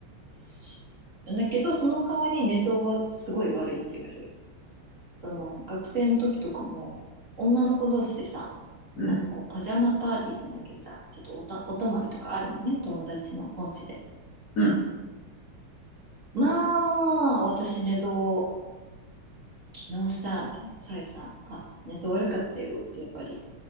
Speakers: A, on the right; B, on the left.
A: しだけど、その代わり寝相はすごい悪いって言われる。その学生の時とかも、女の子同士でさ、
B: うん、
A: なんかこうパジャマパーティーじゃないけどさ、ちょっとおた、お泊まりとかあるのね、友達のお家で。
B: うん、
A: まあ、私寝相、昨日さ、みたいな、さえさ、あ、寝相悪かったよって、やっぱり、